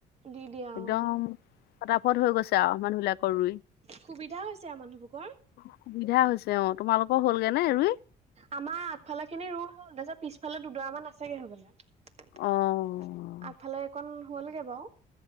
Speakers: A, on the right; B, on the left.
A: দি দিয়া
B: একদম
A: অ
B: ফটাফট হৈ গৈছে আৰু মানুহিলাকৰ ৰুই।
A: সুবিধা হৈছে আৰু মানুহবোকৰ।
B: সুবিধা হৈছে অ। তোমালোকৰ হ'লগে নে ৰুই?
A: আমাৰ আগফালাৰ খিনি ৰুৱা হ'ল। তাৰপিছত পিছফালে দুডৰা মান আছেগে হবলা।
B: অ'।
A: আগফালে অকণ হ'লগে বাৰু।